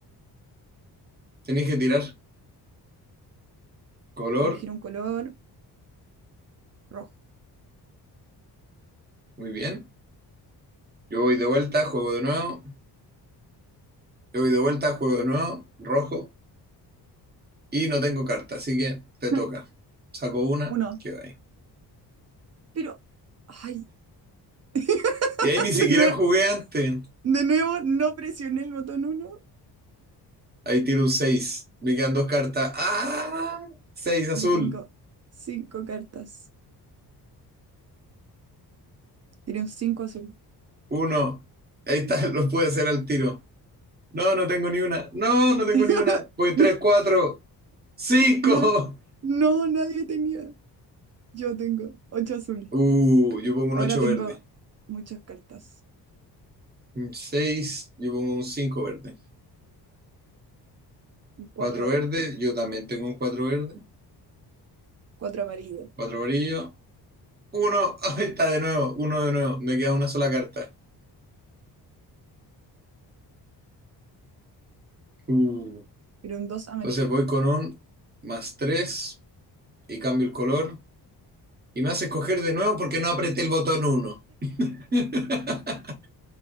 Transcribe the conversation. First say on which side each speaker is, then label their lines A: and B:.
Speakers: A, on the right; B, on the right.
A: tenéis que tirar color,
B: Voy a elegir un color rojo.
A: muy bien. Yo voy de vuelta, juego de nuevo, yo voy de vuelta, juego de nuevo, rojo, y no tengo carta, así que te toca.
B: <laughs>
A: Saco una,
B: Uno.
A: que va
B: Pero, ay, <laughs>
A: Y ahí ni siquiera
B: de nuevo,
A: jugué antes.
B: de nuevo no presioné el botón uno.
A: Ahí tiro un seis Me quedan dos cartas. ¡Ah! seis azul.
B: Yo tengo cinco cartas. Tiré un cinco azul.
A: uno Ahí está, <laughs> lo pude hacer al tiro. No, no tengo ni una. No, no tengo
B: <laughs>
A: ni una. Voy 3 4 cinco
B: Nadie-
A: <laughs>
B: no, nadie tenía. Yo tengo ocho azul.
A: Uh, yo pongo un
B: Ahora
A: 8
B: tengo
A: verde.
B: muchas cartas.
A: Un 6, yo pongo un 5 verde.
B: Y Cuatro
A: cuatro verde,
B: verdes,
A: yo también tengo un 4 verde.
B: cuatro amarillos,
A: cuatro amarillo. uno <laughs> Ahí está de nuevo. uno de nuevo. Me queda una sola carta. Uh,
B: pero un dos amarillo.
A: entonces voy con un más 3 y cambio el color y me hace escoger de nuevo porque no apreté el botón uno <laughs>